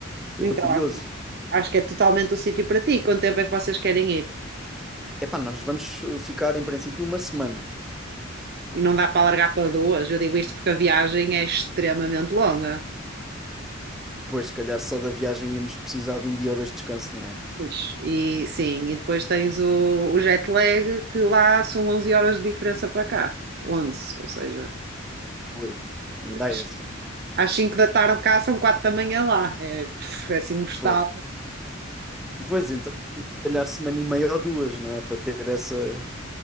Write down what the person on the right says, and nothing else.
Então,
acho acho que é totalmente o sítio para ti. Quanto tempo é que vocês querem ir?
e não dá para largar para duas. Eu digo isto porque a viagem é extremamente longa.
Pois. E sim, e depois tens o, o jet lag, que lá são 11 horas de diferença para cá. 11, ou seja,
às,
às 5 da tarde cá são 4 da manhã lá. É, puf, é assim, mortal.